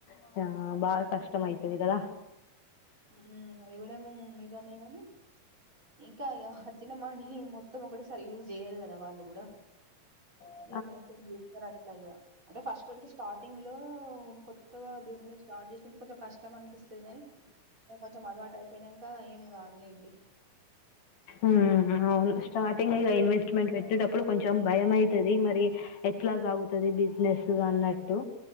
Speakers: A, on the left (about 75°); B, on the right (about 20°).
A: ఇగ ఆ బాగ కష్టం అయితది కద
B: ఉమ్ అది కూడ నిజమే గని ఇంకా అచ్చిన మని యే మొత్తం ఒకటె సారి యూజ్ చేయరు కద వాళ్ళు గుడ
A: అ
B: ఇక మెయింటైన్ చేస్తరు అట్ల ఇగ అంటే ఫస్ట్ అంటె స్టార్టింగ్ లో కొత్తగ బిజినెస్ స్టాట్ చేసుడు కొంచం కష్టం అనిపిస్తది గని ఇగ కొంచెం అలవాటు అయిపోయినంక ఏం కాదు లేండి
A: ఉమ్మ్ అవును స్టార్టింగ్ ఎ ఇల ఇన్వెస్ట్మెంట్ పెట్టేటప్పుడు కొంచెం భయం అయితది మరి ఎట్ల సాగుతుది బిజినెస్ అన్నట్టు